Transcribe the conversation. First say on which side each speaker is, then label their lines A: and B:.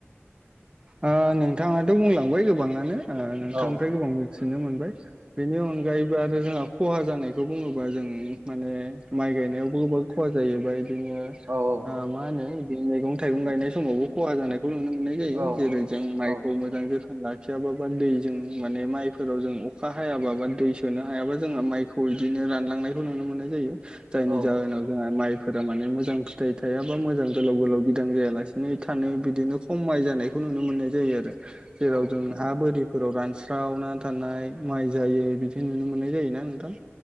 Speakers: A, on the right; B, on the right.
A: ओ नोंथाङाथ' बुंलांबाय गोबाङानो ओ नोंथांनिफ्राय
B: औ
A: गोबां मि थिनो मोनबाय बेनि अनगायैबो आरो जोंहा खहा जानायखौ बुङोबा जों माने माइ माइ गायनायावबो गोबां खहा जायोबाय। बिदिनो ओ
B: औ
A: मा होनो बिदिनो मैगं थाइगं गायनाय समावबो खहा जानायखौ नुनो मोनो।
B: औ
A: जेरै जों माइखौ
B: औ
A: मोजां जोथोन लाखियाबा दै जों माने माइफोराव जों अखा हायाबा बा दै सोनो हायाबा जोंआ माइखौ बिदिनो रानलां नाय नुनो मोननाय जायो जायनि
B: औ
A: जाउनाव जोंहा माइ फोरा माने मोजां फिथाइ थायाबा मोजां गोलाव गोलाव बिदां जायालासिनो थानै बिदिनो खमाय जानाय नुनो मोननाय जायो आरो जेराव
B: औ
A: जों हा बोरिफोराव रान स्रावना थानाय माइ जायै बिदि नुनो मोननाय जायोना नोंथां